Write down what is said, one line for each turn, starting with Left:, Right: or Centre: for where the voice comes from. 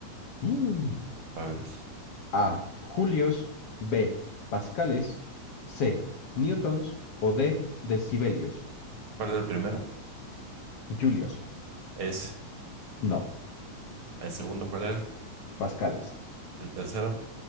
Left: ¡Y!
Right: A ver.
Left: A. Julios. B. Pascales. C. Newtons. O D. Decibelios.
Right: ¿Cuál era el primero?
Left: Julios.
Right: Es.
Left: No.
Right: ¿El segundo cuál era?
Left: Pascales.
Right: El tercero.